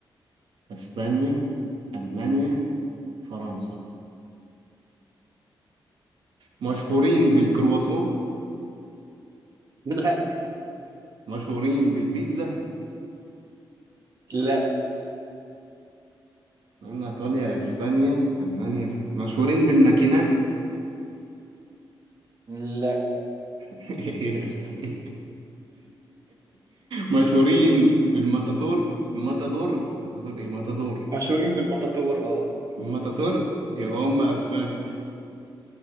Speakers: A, on the right; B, on the right.
A: اسبانيا المانيا فرنسا مشهورين بالكرواسون
B: لا
A: مشهورين بالبيتزا
B: لا
A: قلنا ايطاليا اسبانيا المانيا ف... مشهورين بالماكينات
B: لا
A: <laughs> ايه يا اسطى <laughs> مشهورين بالماتاتور الماتادور ماتادور ايه ماتادور
B: مشهورين بالمطاطور اه
A: الماتاتور يبقى هم اسبانيا